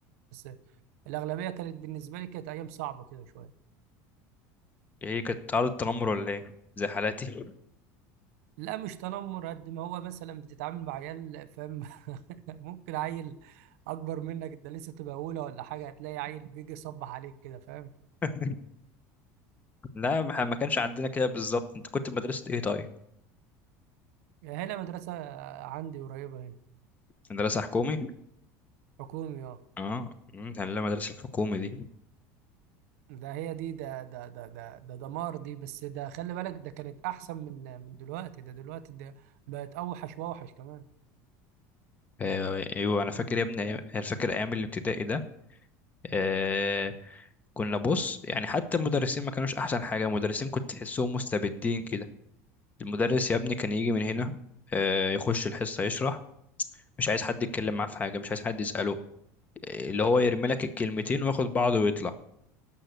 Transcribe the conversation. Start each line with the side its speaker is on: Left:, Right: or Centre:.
Right: بس الاغلبيه كانت بالنسبه لي كانت ايام صعبه كده شويه
Left: ايه كانت عرض التنمر ولا ايه زي حالاتي
Right: لا مش تنمر قد ما هو مثلا بتتعامل مع عيال فاهم <laughs> ممكن عيل اكبر منك انت لسه تبقى اولى ولا حاجه هتلاقي عيل بيجي يصبح عليك كده فاهم
Left: <laughs> لا ما ما كانش عندنا كده بالظبط انت كنت في مدرسه ايه طيب
Right: يعني هنا مدرسه عندي قريبه هنا
Left: مدرسه حكومي
Right: حكومي اه
Left: اه مم، ده اللي المدرسة الحكومة دي
Right: ده هي دي ده ده ده ده ده دمار دي بس ده خلي بالك ده كانت احسن من من دلوقتي ده دلوقتي ده بقت اوحش واوحش كمان
Left: آه، ايوه انا فاكر يا ابني أيام- انا فاكر ايام الابتدائي ده آه، كنا بص يعني حتى المدرسين ما كانوش احسن حاجة المدرسين كنت تحسهم مستبدين كده المدرس يا ابني كان يجي من هنا آه، يخش الحصة يشرح مش عايز حد يتكلم معاه في حاجة مش عايز حد يسأله آه، اللي هو يرمي لك الكلمتين وياخد بعضه ويطلع